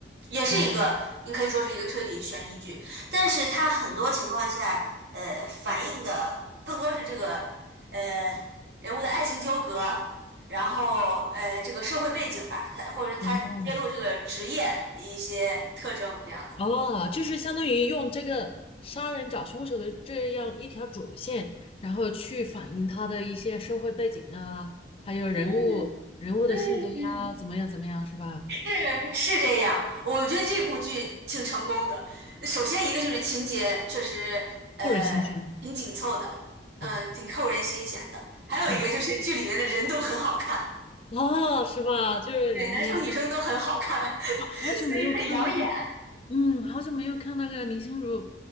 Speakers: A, on the right; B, on the left.
A: 也是一个，
B: 啊
A: 你可以说是一个推理悬疑剧，但是它很多情况下，呃，反映的更多是这个，呃，人物的爱情纠葛，然后呃，这个社会背景吧，它或者是他揭露这个职业一些特征，
B: 哦
A: 这样子。
B: 哦，就是相当于用这个杀人找凶手的这样一条主线，然后去反映他的一些社会背景啊，还有人物人物的性格呀，
A: 嗯嗯嗯，
B: 怎么样怎么样，是吧？
A: 是是这样，我觉得这部剧挺成功的。首先一个就是情节确实呃挺紧凑的，
B: 不忍心虚，嗯
A: 嗯、挺扣人心弦的。还有一个就是剧里面的人都很好看。
B: 嗯，哦，是吧？就是你你
A: 对，男生女生都很好看，<laughs> 所以很养眼。
B: 好好久没有看那个，嗯，好久没有看那个林心如，